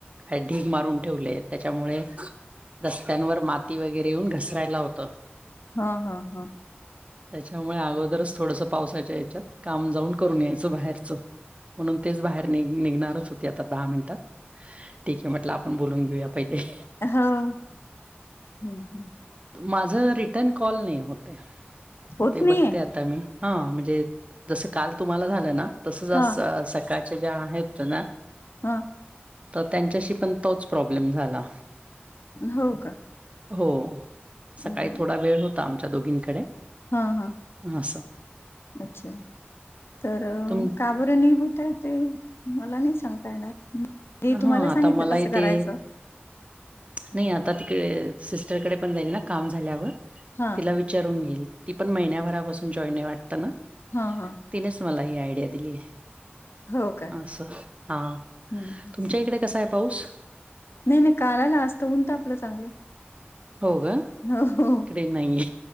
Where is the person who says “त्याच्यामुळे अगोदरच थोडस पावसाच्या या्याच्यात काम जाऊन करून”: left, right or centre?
Right